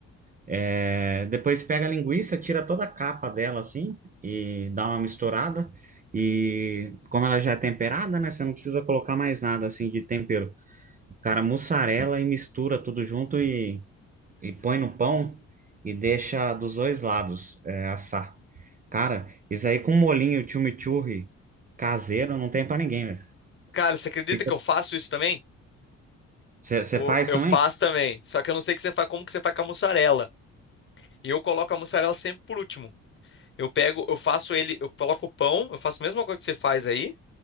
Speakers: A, on the right; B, on the left.
A: é, depois pega a linguiça, tira toda a capa dela, assim, e dá uma misturada, e como ela já é temperada, né, você não precisa colocar mais nada, assim, de tempero. Cara, mussarela e mistura tudo junto e e põe no pão e deixa dos dois lados é, assar. Cara, isso aí com molinho chimichurri caseiro não tem pra ninguém, velho.
B: Cara, você acredita
A: Fica...
B: que eu faço isso também?
A: Você
B: Eu,
A: faz
B: eu
A: também?
B: faço também, só que eu não sei que você faz, como que você faz com a mussarela. E eu coloco a mussarela sempre por último. Eu pego, eu faço ele, eu coloco o pão, eu faço a mesma coisa que você faz aí.